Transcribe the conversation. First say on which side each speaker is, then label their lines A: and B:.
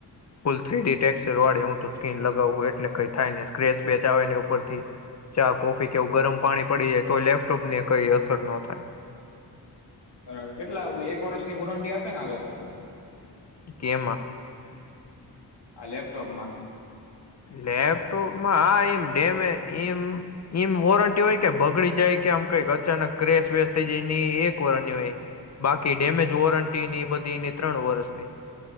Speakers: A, on the left (about 40°); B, on the left (about 85°).
A: ફૂલ થ્રીડી ટેક્ચર વાળે હું તો સ્કીન લગાવું એટલે કઈ થાય નને સ્ક્રેચ વેચ આવે ને ઉપરથી ચા કોફી કેવું ગરમ પાણી પડી જાય તો લેપટોપ ને કઈ અસર ન થાય
B: બરાબર કેટલા એક વર્ષની વોરંટી આપે ને આ લોકો
A: કેમાં
B: આ લેપટોપમાં
A: લેપટોપમાં હા એમ ડેમે એમ એમ વોરંટી હોય કે બગડી જાય કે આમ કઈક અચાનક ક્રસ વેશ થઈ જાય એની એક વરની હોય બાકી ડેમેજ વોરંટીની એ બધી એની ત્રણ વરષની